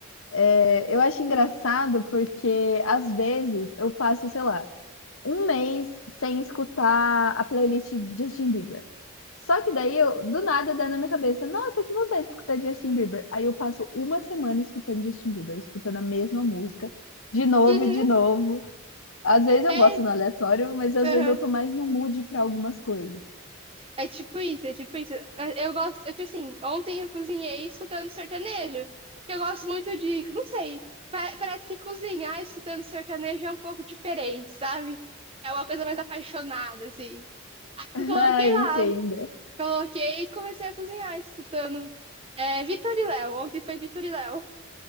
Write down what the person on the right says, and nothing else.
uhum,
é,
uhum.
É tipo isso, é tipo isso. É, Eu gosto, eu, tipo assim, ontem eu cozinhei escutando sertanejo, que eu gosto muito de, não sei, pa- parece que cozinhar escutando sertanejo é um pouco diferente, sabe? É uma coisa mais apaixonada, assim. Aí
eu coloquei
lá,
coloquei e comecei a cozinhar escutando é, Vitor e Léo. Ontem foi Vitor e Léo.